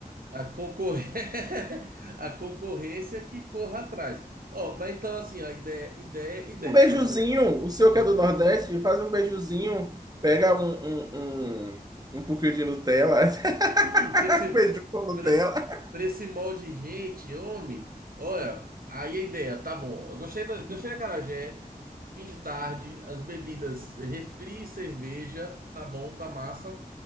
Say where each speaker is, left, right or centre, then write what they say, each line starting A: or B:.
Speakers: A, on the right; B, on the right.
A: A concor... <laughs> a concorrência que corra atrás. Ó, mas então assim, a ideia, ideia, ideia,
B: Um beijuzinho.
A: para lá.
B: O seu
A: Beijo,
B: que é do Nordeste, faz um beijuzinho. Pega um, um, um, um pouquinho de Nutella.
A: Ei,
B: <laughs>
A: pra esse,
B: Beiju com Nutella.
A: pra esse, pra esse molde de gente, homem. Olha, aí a ideia, tá bom. Eu gostei da, gostei da acarajé, fim de tarde, as bebidas, refri, e cerveja, tá bom, tá massa.